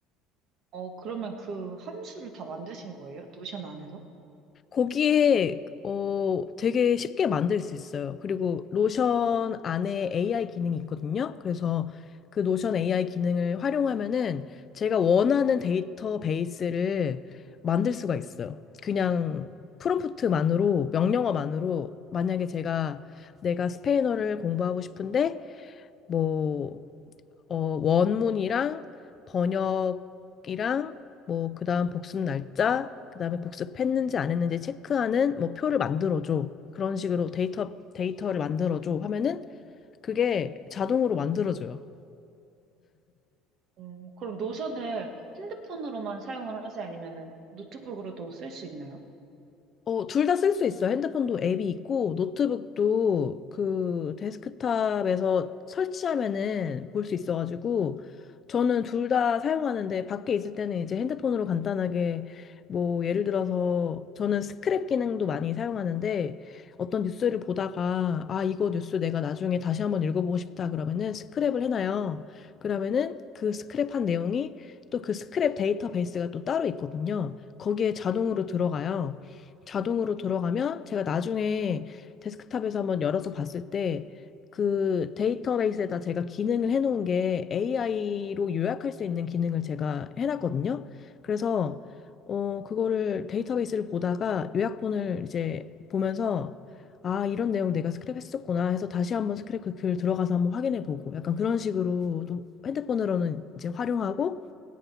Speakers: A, on the right (about 55°); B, on the left (about 35°).
A: 어, 그러면 그 함수를 다 만드신 거예요? 노션 안에서?
B: 거기에, 어, 되게 쉽게 만들 수 있어요. 그리고 노션 안에 AI 기능이 있거든요. 그래서 그 노션 AI 기능을 활용하면은 제가 원하는 데이터베이스를 만들 수가 있어요. 그냥 프롬프트만으로, 명령어만으로, 만약에 제가 내가 스페인어를 공부하고 싶은데, 뭐 어, 원문이랑 번역이랑 뭐 그다음 복습 날짜, 그다음에 복습했는지 안 했는지 체크하는 뭐 표를 만들어 줘. 그런 식으로 데이터 데이터를 만들어 줘 하면은 그게 자동으로 만들어 줘요.
A: 음, 그럼 노션을 핸드폰으로만 사용을 하세요? 아니면은 노트북으로도 쓸 수 있나요?
B: 어, 둘 다 쓸 수 있어. 핸드폰도 앱이 있고, 노트북도 그 데스크탑에서 설치하면은 볼 수 있어가지고, 저는 둘 다 사용하는데, 밖에 있을 때는 이제 핸드폰으로 간단하게, 뭐, 예를 들어서, 저는 스크랩 기능도 많이 사용하는데, 어떤 뉴스를 보다가, 아, 이거 뉴스 내가 나중에 다시 한번 읽어보고 싶다. 그러면은 스크랩을 해놔요. 그러면은 그 스크랩한 내용이 또 그 스크랩 데이터베이스가 또 따로 있거든요. 거기에 자동으로 들어가요. 자동으로 들어가면 제가 나중에 데스크탑에서 한번 열어서 봤을 때 그 데이터베이스에다 제가 기능을 해놓은 게 AI로 요약할 수 있는 기능을 제가 해놨거든요. 그래서 어, 그거를 데이터베이스를 보다가 요약본을 이제 보면서 아, 이런 내용 내가 스크랩했었구나 해서 다시 한번 스크랩 그 글 들어가서 한번 확인해 보고 약간 그런 식으로 또 핸드폰으로는 이제 활용하고